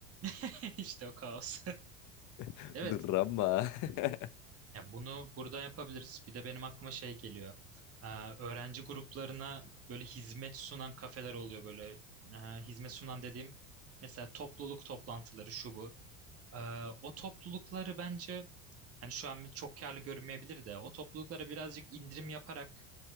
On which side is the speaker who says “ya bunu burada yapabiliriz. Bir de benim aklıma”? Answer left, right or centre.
Right